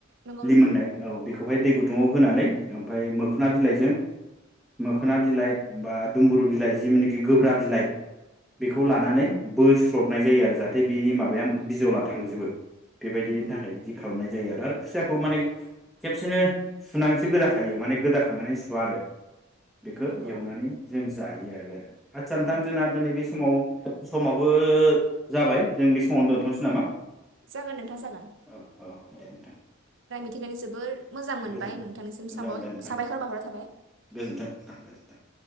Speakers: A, on the right; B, in the centre.
A: नंगौ
B: लिमोननाय
A: नोंथां
B: औ बेखौ बेवहाय दै गुदुङाव होनानै ओमफ्राय मोखोना बिलाइजों मोखोना बिलाइ बा दुमबुरु बिलाइ जिमनिखि गोब्राब बिलाइ बेखौ
A: नंगौ
B: लानानै बोस्ल'द हाबनाय जायो आरो जाहाथे बिनि माबाया बिजला थांजोबो। बेबायदिनि
A: नंगौ
B: थाखाय बिदि खालामनाय जायो आरो। खुसियाखौ माने खेबसेनो सुनानैसो गोदाखायो माने गोदाखांनानै सुवा आरो। बेखौ
A: नंगौ
B: एवनानै जों जा जायो आरो। आदसा नोंथां
A: नंगौ
B: जोंना दिनै बे समाव समाबो जाबाय जों बे समावनो दोनथ'नोसै नामा
A: जागोन नोंथां जागोन
B: औ औ दे नोंथां।
A: माने जोबोर मोजां मोनबाय
B: गोजोन
A: नोंथांनिसिम
B: मोजां
A: साबाय
B: मोनबाय नोंथां
A: साबायखर बावहरनाय थाबाय
B: गोजोनथों नोंथां गोजोनथों।